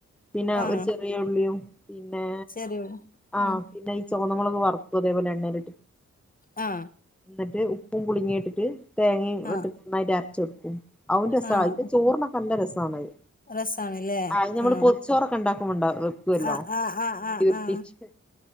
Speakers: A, in the centre; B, on the left (about 30°).
A: പിന്നെ
B: ആഹ്
A: ഒരു ചെറിയ ഉള്ളിയും പിന്നെ
B: ചെറിയ ഉള്ളി
A: ആ
B: ആഹ്
A: പിന്നെ ഈ ചുവന്നമ്മളൊക്കെ വറുത്തും അതേപോലെ എണ്ണൽ
B: ആ
A: എന്നിട്ട് ഉപ്പും പുളുങ്ങി ഇട്ടിട്ട് തേങ്ങയും
B: ആഹ്
A: ഇട്ട് നന്നായിട്ട് അരച്ചെടുക്കും അഹും രസന്റെ
B: ആഹ്
A: ചോറിനക്കെ നല്ല രസമാണ്ത്
B: രസാണ്ല്ലേ
A: ആ നമ്മള്
B: ആഹ്
A: പൊറച്ചോറൊക്കെ ഉണ്ടാക്കുമ്പണ്ട വെക്കുവല്ലോ
B: ആഹ് ആഹ് ആഹ്
A: ഉരുട്ടി
B: ആഹ്
A: വെ